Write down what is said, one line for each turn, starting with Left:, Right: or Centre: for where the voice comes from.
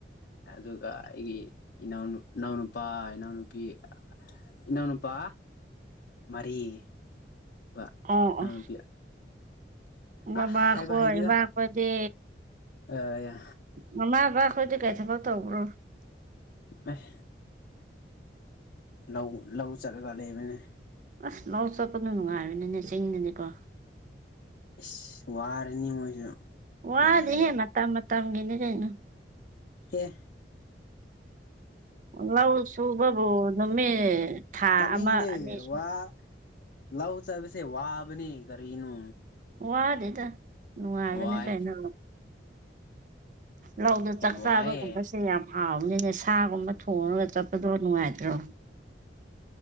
Left: ꯑꯗꯨꯒ ꯑꯩꯒꯤ ꯏꯅꯥꯎꯅꯨ ꯏꯅꯥꯎ ꯅꯨꯄꯥ ꯏꯅꯥꯎ ꯅꯨꯨꯄꯤ ꯏꯅꯥꯎ ꯅꯨꯨꯄꯥ꯫ ꯃꯔꯤ ꯑꯗꯨꯒ
Right: ꯑꯣ
Left: ꯏꯅꯥꯎ
Right: ꯑꯣ
Left: ꯅꯨꯨꯄꯤ
Right: ꯃꯃꯥꯈꯣꯏ
Left: ꯑ ꯍꯥꯏꯕ ꯍꯩꯇꯦꯗ
Right: ꯏꯃꯥꯈꯣꯏꯗꯤ
Left: ꯑ꯫
Right: ꯃꯃꯥ ꯕꯥꯈꯣꯏꯗꯤ ꯀꯩ ꯊꯛꯕ ꯇꯧꯕ꯭ꯔꯣ꯫
Left: ꯑꯦ ꯂꯧ ꯂꯧ ꯆꯠꯂꯒ ꯂꯩꯕꯅꯦ꯫
Right: ꯑꯁ ꯂꯧ ꯆꯠꯄꯗꯣ ꯅꯨꯡꯉꯥꯏꯕꯅꯤꯅꯦ ꯆꯤꯡꯗꯗꯤꯀꯣ꯫
Left: ꯏꯁ ꯋꯥꯔꯅꯤ ꯃꯣꯏꯁꯨ꯫
Right: ꯋꯥꯗꯦꯍꯦ
Left: ꯀꯔꯤꯒꯤ ꯑꯦ
Right: ꯃꯇꯝ ꯃꯇꯝꯒꯤꯅꯦ ꯀꯩꯅꯣ꯫
Left: ꯑꯦ꯫
Right: ꯂꯧ ꯁꯨꯕꯕꯨ ꯅꯨꯃꯤꯠ ꯊꯥ
Left: ꯇꯥꯅꯤꯡꯗꯦ
Right: ꯑꯃ ꯑꯅꯤ
Left: ꯋꯥ
Right: ꯁꯨ
Left: ꯂꯧ ꯆꯠꯕꯁꯦ ꯋꯥꯕꯅꯦ ꯀꯔꯤꯅꯣ꯫
Right: ꯋꯥꯗꯦꯗ ꯅꯨꯡꯉꯥꯏꯕꯅꯦ
Left: ꯋꯥꯏ
Right: ꯀꯩꯅꯣ꯫ ꯂꯧꯗ
Left: ꯌꯥꯝ
Right: ꯆꯥꯛ ꯆꯥꯕꯒꯨꯝꯕꯁꯦ
Left: ꯋꯥꯏꯌꯦ
Right: ꯌꯥꯝ ꯍꯥꯎꯕꯅꯤꯅꯦ ꯁꯥꯒꯨꯝꯕ ꯊꯣꯡꯉꯒ ꯆꯠ ꯄꯗꯣ ꯅꯨꯡꯉꯥꯏꯇ꯭ꯔꯣ꯫